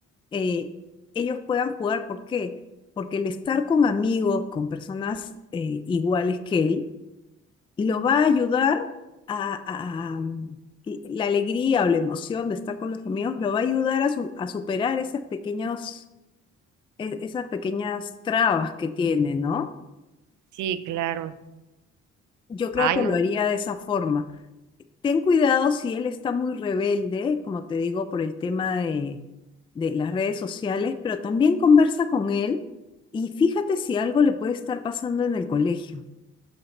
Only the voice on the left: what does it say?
eh, ellos puedan jugar. ¿Por qué? Porque el estar con amigos, con personas eh, iguales que él, lo va a ayudar a, a- y la alegría o la emoción de estar con los amigos, lo va a ayudar a, su- a superar esas pequeñas, esas pequeñas trabas que tiene, ¿no?
Yo creo
que
lo haría de esa forma. Ten cuidado si él está muy rebelde, como te digo, por el tema de, de las redes sociales, pero también conversa con él y fíjate si algo le puede estar pasando en el colegio,